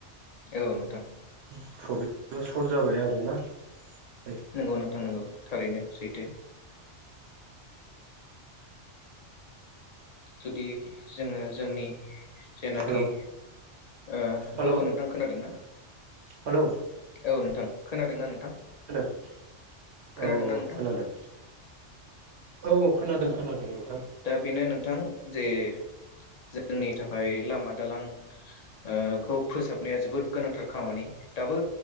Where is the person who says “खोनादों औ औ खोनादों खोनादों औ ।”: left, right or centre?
Right